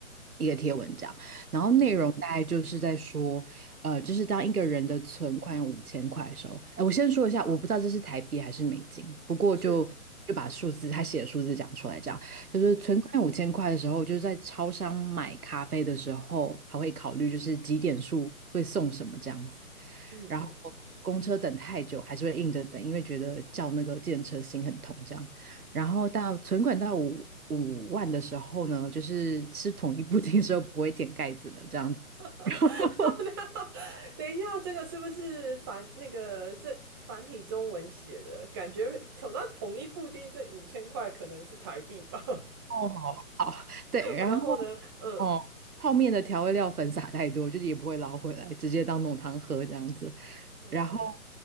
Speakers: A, on the right; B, on the right.
A: 一个贴文这样，然后内容大概就是在说，
B: 嗯
A: 呃，就是当一个人的存款有五千块的时候，哎，我先说一下，我不知道这是台币还是美金，不过就就把数字他写的数字讲出来这样。
B: 是，
A: 就是存款五千块的时候，
B: 嗯
A: 就是在超商买咖啡的时候，还会考虑就是几点数会送什么这样子。
B: 嗯嗯。
A: 然后公车等太久，还是会硬着等，因为觉得叫那个计程车心很痛这样。然后到存款到五五万的时候呢，就是吃统一布丁的时候不会舔盖子了这样子。
B: <laughs>
A: <laughs>
B: 等一下，这个是不是繁那个这繁体中文写的？感觉统那统一布丁这五千块可能是台币吧。
A: 哦，好，好，对，
B: <laughs>
A: 然后
B: 然后呢，嗯，
A: 哦，泡面的调味料粉撒太多，就是也不会捞回来，直接当浓汤喝这样子。
B: 哦，
A: 然后